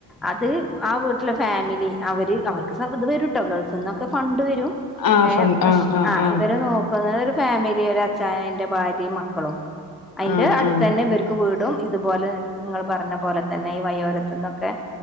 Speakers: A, in the centre; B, on the left.
A: അത് ആഹ് വീട്ട് ത്ത്ള്ള ഫാമിലി അവര് അവര്ക്ക് ഇത് വെരു ട്ടൊ ഗൾഫ്ന്നൊക്കെ ഫണ്ട് വെരും
B: ആഹ്
A: ഏഹ്
B: ഫൺ
A: പഷ്
B: ആഹ് ആഹ് ആഹ്
A: ഇവരെ നോ <unintelligible> ഒരു ഫാമിലി ഒരു അച്ചാ അയ്ന്റെ ഭാര്യയും മക്കളും അയ്ന്റെ
B: ആഹ്
A: അട്ത്തെന്നെ
B: ആഹ്
A: ഇവർക്ക് വീടും ഇതുപോലെ നിങ്ങള് പർഞ്ഞ പോലെത്തെന്നെ ഈ വയ്യോരത്ത്ന്നൊക്കെ